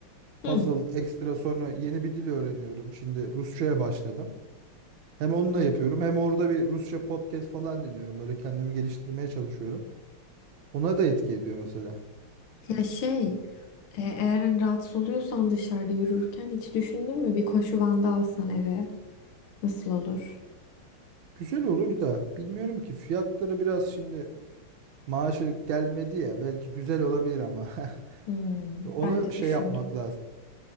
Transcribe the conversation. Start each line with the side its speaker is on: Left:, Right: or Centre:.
Left: Hı.
Right: Puzzle ekstra sonra yeni bir dil öğreniyorum. Şimdi Rusça'ya başladım. Hem onunla yapıyorum hem orada bir Rusça podcast falan dinliyorum. Böyle kendimi geliştirmeye çalışıyorum. Ona da etki ediyor mesela.
Left: Ya şey, e, eğer hani, rahatsız oluyorsan dışarıda yürürken hiç düşündün mü bir koşu bandı alsan eve nasıl olur?
Right: Güzel olur da bilmiyorum ki fiyatları biraz şimdi Maaşı gelmedi ya belki güzel olabilir ama <laughs>
Left: Hmm,
Right: onu
Left: Ben de
Right: şey
Left: düşündüm.
Right: yapmak lazım.